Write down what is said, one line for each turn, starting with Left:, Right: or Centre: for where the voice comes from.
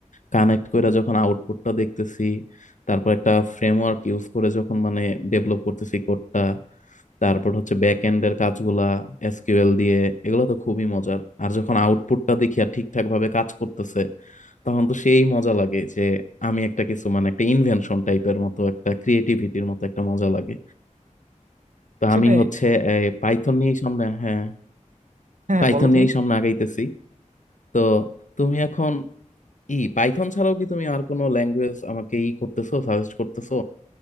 Left: কানেক্ট করে যখন আউটপুটটা দেখতেছি তারপর একটা ফ্রেমওয়ার্ক ইউজ করে যখন মানে ডেভেলপ করতেছি কোডটা তারপর হচ্ছে ব্যাক এন্ডের কাজগুলা এসকিউএল দিয়ে এগুলো তো খুবই মজার আর যখন আউটপুটটা দেখি আর ঠিকঠাক ভাবে কাজ করতেছে তখন তো সেই মজা লাগে যে আমি একটা কিছু মানে একটা ইনভেনশন টাইপের মতো একটা ক্রিয়েটিভিটির মতো একটা মজা লাগে তো
Right: সেটাই
Left: আমি হচ্ছে পাইথন নিয়েই সামনে হ্যাঁ
Right: হ্যাঁ হ্যাঁ
Left: পাইথন
Right: বলো তুমি
Left: নিয়েই সামনে আগাইতেছি তো তুমি এখন ই পাইথন ছাড়াও কি তুমি আর কোনো ল্যাঙ্গুয়েজ আমাকে ই করতেছো সাজেস্ট করতেছো